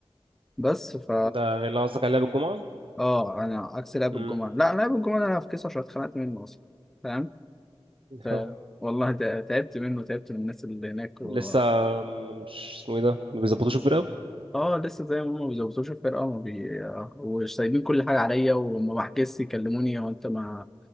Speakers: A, in the centre; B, on the right (about 65°).
A: بس ف
B: ده غير اللي قصدك على لعب الجمعة؟
A: اه انا عكس لعب
B: امم
A: الجمعه لا لعب الجمعه ده انا في كيس عشان اتخنقت منه اصلا فاهم ف
B: آه.
A: والله تع- تعبت منه تعبت من الناس اللي هناك و...
B: لسه م- مش اسمه ايه ده؟ ما بيظبطوش الفرقة؟
A: اه لسه زي ما هم ما بيظبطوش الفرقه وما بي... آه، وسايبين كل حاجه عليا وما بحجزش يكلموني هو انت ما